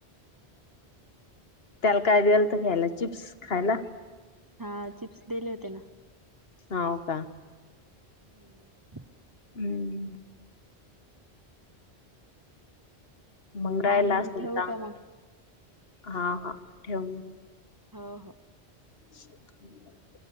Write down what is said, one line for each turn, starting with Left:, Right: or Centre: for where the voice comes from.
Left: त्याला काय देलत खायला चिप्स खायला.
Right: हा चिप्स देले होते ना.
Left: हो का
Right: हम्म.
Left: हम्म मंगरायला
Right: चालेल
Left: असध
Right: ठेवू
Left: हा
Right: का मग
Left: हा ठेव.
Right: हो हो
Left: हम्. <unintelligible>